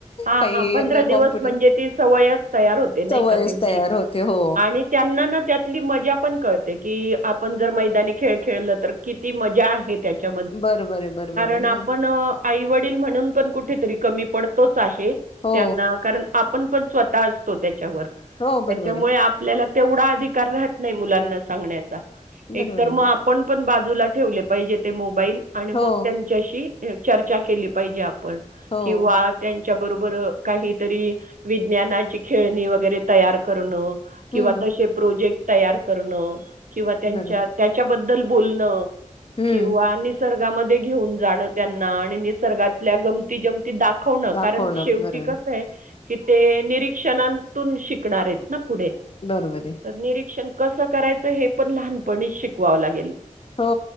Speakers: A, on the right (about 85°); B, on the left (about 45°).
A: हा
B: काही
A: हा पंध दिवस
B: कॉम्प्युटर
A: म्हणजे ती सवयच तयार होते नाही
B: सवयच
A: का त्यांची
B: तयार होते हो
A: आणि त्यांना ना त्यातली मजा पण कळते की आपण जर मैदानी खेळ खेळलं तर किती मजा आहे त्या
B: बरोबर आहे बरोबर आहे
A: ण
B: हम्म
A: आपण आई वडील म्हण पण कु क प आहे
B: हो
A: त्यांना कारण आपण पण स्वत असतो त्याच्यावर
B: हो बरोबर
A: त्याच्यामुळे
B: आहे
A: आपल्याला तेवढा अधिकार राहत नाही मुलांना सांगण्याचा
B: बरोबर
A: एक तर मग
B: आहे
A: आपण पण बाजूला ठेवले पाहिजे ते मोबाईल आणि मग
B: हो
A: त्यांच्याशी चर्चा केली पाहिजे आप ण
B: हो
A: किंवा च्या बरोबर काहीतरी विज्ञानाची खेळणी वगैरे तयार करणं किंवा
B: हम्म
A: तसे प्रोजेक्ट तयार करणं किंवा त्यांच्या
B: बरोबर
A: त्याच्याबद्ल बदल बोलणं
B: हम्म
A: किंवा निसर् घेऊन जाण त्यांना आणि निसर्ातल्या गमती जमती दाखव
B: दाखवणं
A: कारण शेवटी
B: बरोबर
A: कस आहे कि ते निरीक्षणतून शिकणार आहेत ना पुढे
B: बरोबर आहे
A: निरीक्षण कसं करायचं हे पण लहानपणीच शिकवावं लागत
B: हो